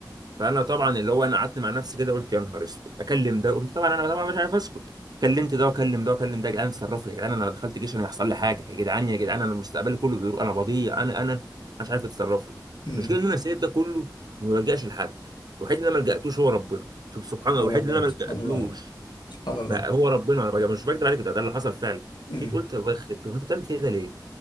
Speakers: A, on the right; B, on the left.
A: فانا طبعا اللي هو انا قعدت مع نفسي كده قلت يا نهار اسود اكلم ده قمت طبعا انا طبعا مش عارف اسكت كلمت ده وكلم ده وكلم ده يا جدعان اتصرفوا يا جدعان انا لو دخلت جيش انا هيحصل لي حاجه يا جدعان يا جدعان انا مستقبلي كله بيقول انا بضيع انا انا مش عارف اتصرف لي
B: مم.
A: المشكله ان انا سايب ده كله وما بلجاش لحد الوحيد اللي انا ما لجأتوش هو ربنا شوف سبحان
B: سبحان
A: الله الوحيد
B: الله
A: اللي انا ما لجأتلوش
B: سبحان الله سبحان الله
A: ما هو ربنا انا بقى- مش بكدب عليك ده ده اللي حصل فعلا
B: مم.
A: جيت قلت الله يخرب بيت، هو انت بتعمل كده ليه؟